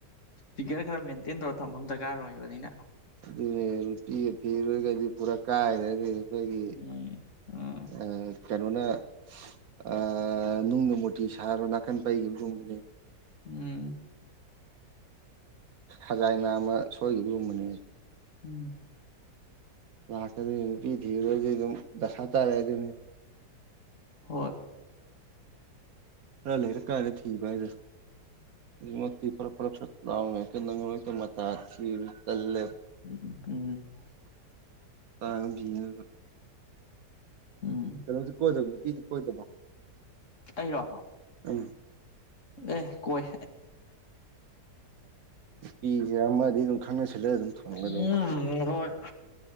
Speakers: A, on the left (about 45°); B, on the right (about 65°).
A: ꯐꯤꯒꯔ ꯈꯔ ꯃꯦꯟꯇꯦꯟ ꯇꯧꯔ ꯊꯝꯕ ꯑꯃ ꯗꯔꯀꯥꯔ ꯑꯣꯏꯕꯅꯤꯅ
B: ꯑꯗꯨꯅꯦ ꯅꯨꯄꯤꯤꯒ ꯊꯤꯔꯣꯏꯒꯗꯤ ꯄꯨꯔꯥ ꯀꯥꯏꯔꯗꯤ ꯑꯩꯈꯣꯏꯒꯤ
A: ꯎꯝ ꯎꯝ
B: ꯑ ꯀꯩꯅꯣꯅ ꯑ ꯅꯨꯡꯅ ꯃꯨꯔꯇꯤ ꯁꯥꯔꯣ ꯅꯥꯀꯟ ꯄꯩꯈꯤꯕꯒꯨꯝꯕꯅꯦ
A: ꯎꯝ
B: ꯈꯖꯥꯏ ꯅꯝꯃ ꯁꯣꯏꯈꯤꯕꯒꯨꯝꯕꯅꯦ
A: ꯎꯝ
B: ꯂꯥꯛꯀꯗꯣꯏꯅꯤ ꯅꯨꯄꯤ ꯊꯤꯔꯨꯔꯗꯤ ꯑꯗꯨꯝ ꯗꯁꯥ ꯇꯥꯔꯛꯏ ꯗꯨꯅꯦ
A: ꯍꯣꯏ
B: ꯈꯔ ꯂꯩꯔ ꯀꯥꯟꯗ ꯊꯤꯕ ꯍꯥꯏꯗ‌ꯣ ꯃꯤ <unintelligible> ꯄꯨꯔ ꯄꯨꯂꯞ ꯥꯗꯥ ꯎꯃ‌ꯦꯁꯀ ꯅꯪꯔꯣꯏ ꯃꯇꯥꯊꯤꯝ ꯇꯜꯂ‌ꯦꯕ
A: <unintelligible>
B: <unintelligible>
A: ꯎꯝ
B: ꯀꯩꯅꯣꯗꯤ ꯀꯣꯏꯗꯕ ꯅꯨꯄꯤꯗꯤ ꯀꯣꯏꯗꯕ
A: ꯑꯩꯔꯣ
B: ꯎꯝ
A: ꯑꯦ ꯀꯣꯏ
B: ꯅꯨꯄꯤꯁꯦ ꯑꯃꯗꯤ ꯑꯗꯨꯝ ꯈꯪꯅꯁꯤꯜꯂꯦ ꯑꯗꯨꯝ ꯊꯝꯒꯗꯧꯅꯤ
A: <unintelligible> ꯍꯣꯏ